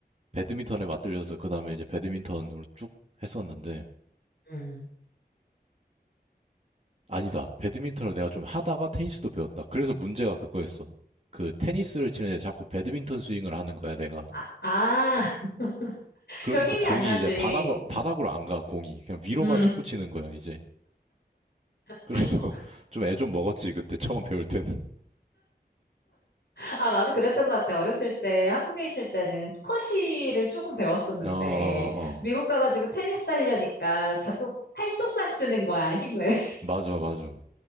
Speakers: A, on the right; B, on the left.
A: 배드민턴에 맞들려서 그 다음에 이제 배드민턴으로 쭉 했었는데
B: 음.
A: 아니다. 배드민턴을 내가 좀 하다가 테니스도 배웠다. 그래서 문제가 그거였어. 그 테니스를 치는데 자꾸 배드민턴 스윙을 하는 거야, 내가.
B: 아, 아. <laughs>
A: 그러니까
B: 그럼 힘이
A: 공이
B: 안 나지.
A: 이제 바닥으로 바닥으로 안 가, 공이. 그냥 위로만
B: 음.
A: 솟구치는 거야, 이제.
B: <laughs>
A: 그래서 <laughs> 좀 애 좀 먹었지, 그때 처음 배울 때는.
B: 아, 나도 그랬던 것 같아. 어렸을 때, 한국에 있을 때는 스쿼시를 조금 배웠었는데,
A: 어, 어, 어. 어.
B: 미국 가가지고 테니스 하려니까 자꾸 팔뚝만 쓰는 거야, 힘을.
A: 맞아, 맞아.